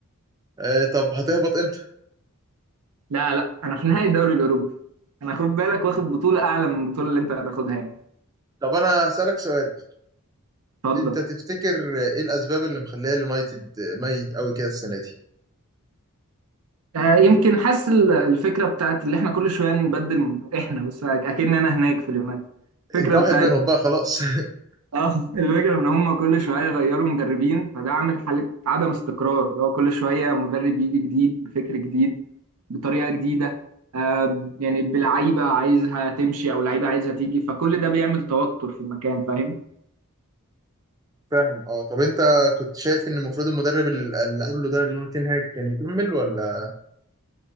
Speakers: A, on the right; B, on the right.
A: آه طب هتهبط امتى
B: لا لا انا في نهائي الدوري الاوروبي انا خد بالك واخد بطوله اعلى من البطوله اللي انت هتاخدها يعني
A: طب انا هسألك سؤال
B: اتفضل
A: انت تفتكر آه، ايه الاسباب اللي مخليه اليونايتد آه، ميت قوي كده السنه دي
B: آه يمكن حاسس ال- الفكره بتاعت اللي احنا كل شويه نبدل من احنا بس اكن انا هناك في اليونايتد الفكره
A: انت واحد
B: بتاعت
A: منهم بقى خلاص <laughs>
B: اه الفكره ان هم كل شويه يغيروا مدربين فده عامل حاله عدم استقرار اللي هو كل شويه مدرب يجي جديد بفكر جديد بطريقه جديده آه يعني بلعيبه عايزها تمشي او لعيبه عايزها تيجي فكل ده بيعمل توتر في المكان فاهم
A: فاهم اه طب انت كنت شايف ان المفروض المدرب ال- اللي قبله ده اللي هو تين هاج كان يكمل ولا